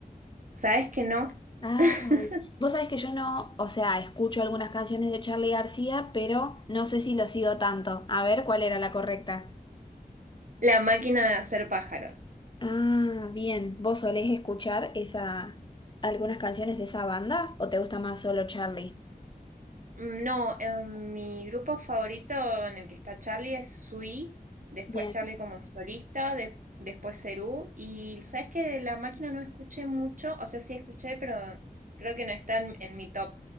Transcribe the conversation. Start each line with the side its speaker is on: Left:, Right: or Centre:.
Right: ¿sabes que no?
Left: Ay,
Right: <laughs>
Left: vos sabés que yo no, o sea, escucho algunas canciones de Charly García, pero no sé si lo sigo tanto. A ver cuál era la correcta.
Right: La máquina de hacer pájaros.
Left: Ah, bien. ¿Vos solés escuchar esa algunas canciones de esa banda o te gusta más solo Charlie?
Right: Mm, No, eh, mi grupo favorito en el que está Charlie es Sui, después
Left: Bien.
Right: Charlie como solista, de- después Cerú, y ¿sabes que la máquina no escuché mucho? O sea, sí escuché, pero creo que no está en, en mi top